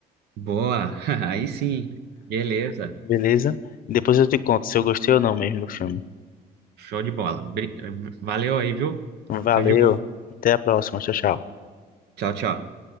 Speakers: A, on the right; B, on the left.
A: Boa, <laughs> aí sim. Beleza.
B: Beleza? Depois eu te conto se eu gostei ou não mesmo do filme.
A: Show de bola. Bri- Valeu aí, viu?
B: Valeu,
A: Tudo de bom.
B: até a próxima, tchau, tchau.
A: Tchau, tchau.